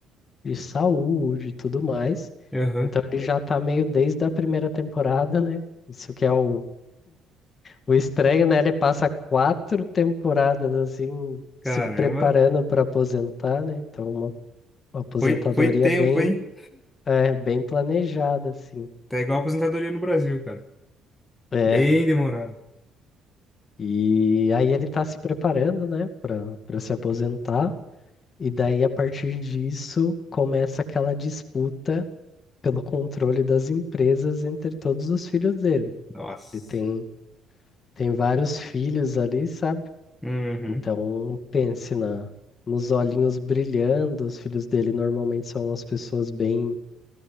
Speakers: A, on the left; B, in the centre.
A: de saúde e tudo mais.
B: Aham.
A: Então ele já tá meio desde a primeira temporada, né? Isso que é o, o estranho, né? Ele passa quatro temporadas assim,
B: Caramba.
A: se preparando para aposentar, né? Então uma, uma aposentadoria
B: Foi, foi tempo,
A: bem,
B: hein?
A: é, bem planejada, assim.
B: Tá igual a aposentadoria no Brasil, cara.
A: É.
B: Bem demorado.
A: E aí ele tá se preparando, né, para para se aposentar. E daí, a partir disso, começa aquela disputa pelo controle das empresas entre todos os filhos dele.
B: Nossa.
A: Ele tem, tem vários filhos ali, sabe?
B: Uhum.
A: Então, pense na, nos olhinhos brilhando. Os filhos dele normalmente são umas pessoas bem